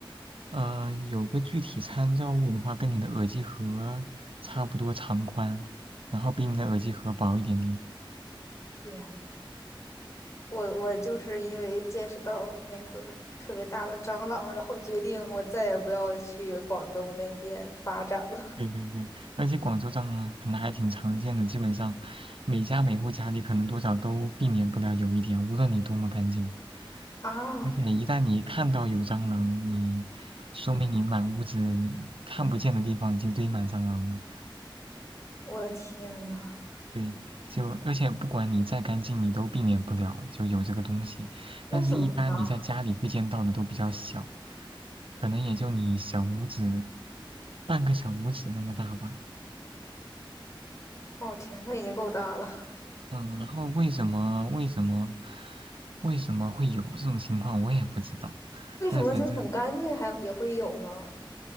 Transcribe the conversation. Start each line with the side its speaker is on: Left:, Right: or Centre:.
Right: 呃，有个具体参照物的话，跟你的耳机盒差不多长宽，然后比你的耳机盒薄一点点。
Left: 天呐，我我就是因为见识到那个特别大的蟑螂，然后决定我再也不要去广东那边发展了。
Right: 对对对，而且广州蟑螂可能还挺常见的，基本上每家每户家里可能多少都避免不了有一点，无论你多么干净。
Left: 啊，
Right: 而且一旦你看到有蟑螂，你说明你满屋子你看不见的地方已经堆满蟑螂了。
Left: 我的天呐，
Right: 对，就而且不管你再干净，你都避免不了就有这个东西。
Left: 为什么呢？
Right: 但是，一般你在家里会见到的都比较小，可能也就你小拇指半个小拇指那么大吧。
Left: 哦天，那已经够大了，
Right: 嗯，然后为什么为什么为什么会有这种情况，我也不知道。
Left: 为什么就是很干净还也会有呢？
Right: 但反正